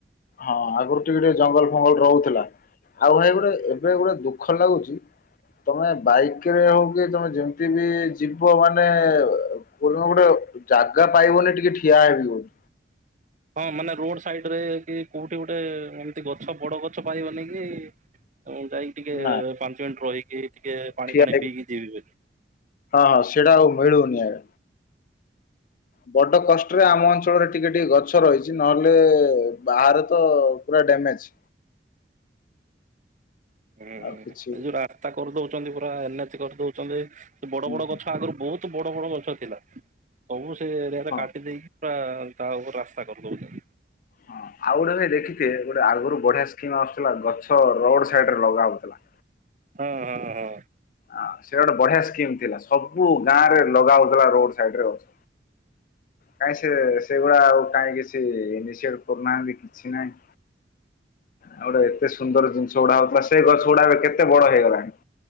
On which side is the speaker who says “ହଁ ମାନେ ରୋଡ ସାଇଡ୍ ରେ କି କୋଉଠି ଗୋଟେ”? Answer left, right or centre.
Right